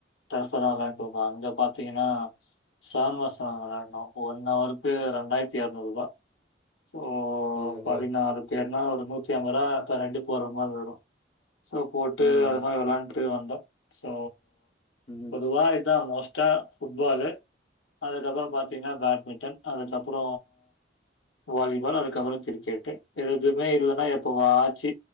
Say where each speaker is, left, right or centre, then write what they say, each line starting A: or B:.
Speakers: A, on the left; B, on the left.
A: டர்ப்வெல்லா விளையாட்டுவாங்க அங்க பாத்தீங்கன்னா சா மாசொ விளாண்டோ ஒன் அவருக்கு ரெண்டாயிரத்தி எரநூறு ரூபா ஓ
B: ஓ
A: பதினாறு
B: ஓ
A: பேருனா ஒரு நூத்தி அம்பது ரூபா <unintelligible> போற மாரி இருக்கும் சோ போட்டு
B: ம்
A: அது மாரி வெளாண்டு வந்தோ சோ
B: ம்
A: பொதுவா இதா மோஸ்டா புட்பாலு அதுக்கப்புற பாத் தீங்கனா பேட்மிட்டன் அதுக்கப்புற வாலிபால் அதுக்கப்புற கிரிக்கெட்டு எதுவுமே இல்லன்னா எப்ப வாச்சு